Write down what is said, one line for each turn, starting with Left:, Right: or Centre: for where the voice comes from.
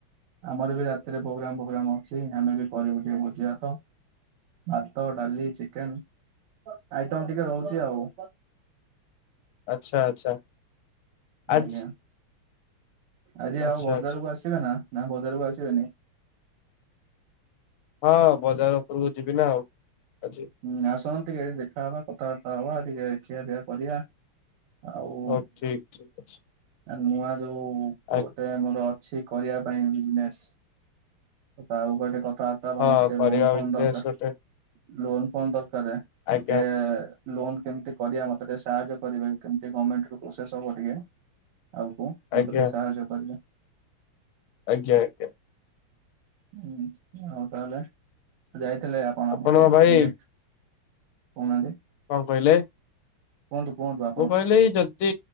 Right: ଆମର ବି ରାତିରେ ପ୍ରୋଗ୍ରାମ ଫୋଗ୍ରାମ ଅଛି। ଆମେ ବି କରିବୁ ଟିକେ ଭୋଜି ଭାତ। ଭାତ ଡାଲି ଚିକେନ୍ ଆଇଟମ ଟିକେ ରହୁଛି ଆଉ।
Left: ଆଚ୍ଛା ଆଚ୍ଛା। ଆଜି
Right: ଆଜ୍ଞା ଆଜି
Left: ଆଚ୍ଛା
Right: ଆଉ ବଜାରକୁ
Left: ଆଚ୍ଛା
Right: ଆସିବେ ନା ନା ବଜାରକୁ ଆସିବେନି।
Left: ହଁ ବଜାର ଉପରକୁ ଯିବି ନା ଆଉ ଆଜି।
Right: ହୁଁ ଆସନ୍ତୁ ଟିକେ ଏଇଠେ ଦେଖାହବା, କଥାବାର୍ତ୍ତା ହବା ଟିକେ ଖିଆ ପିଆ କରିବା ଆଉ
Left: ହଉ ଠିକ୍ ଠିକ୍ ଅଛି।
Right: ଆ ନୂଆ ଯୋଉ
Left: ଆ
Right: ଗୋଟେ ମୋର କିଛି କରିବା ପାଇଁ ବିଯିନେସ ଆଉ ଗୋଟେ କଥା ବାବା
Left: ହଁ
Right: ମତେ ଟିକେ
Left: କରିବା
Right: ଲୋନ୍ କଣ
Left: ବିଜନେସ
Right: ଦରକାର
Left: ଗୋଟେ
Right: ଲୋନ୍ କଣ ଦରକାର ଟିକେ
Left: ଆଜ୍ଞା
Right: ଲୋନ କେମିତି କରିବା ମତରେ ସାହାଯ୍ୟ କରିବେ କେମତି ଗମେଣ୍ଟ ରୁ ପ୍ରୋସେସ ହବ ଟିକେ ଆଉ କ ମୁଁ
Left: ଆଜ୍ଞା
Right: ଟିକେ ସାହାଯ୍ୟ କରିବେ।
Left: ଆଜ୍ଞା ଆଜ୍ଞା।
Right: ହୁଁ ଆଉ ତାହେଲେ ଯାଇଥିଲେ ଆପଣ
Left: ଆପଣଙ୍କ
Right: କୋଉଠି
Left: ଭାଇ
Right: ରିଲେଟ କହୁନାହାନ୍ତି।
Left: କଣ କହିଲେ
Right: କୁହନ୍ତୁ କୁହନ୍ତୁ, ଆ
Left: ମୁ କହିଲି ଯଦି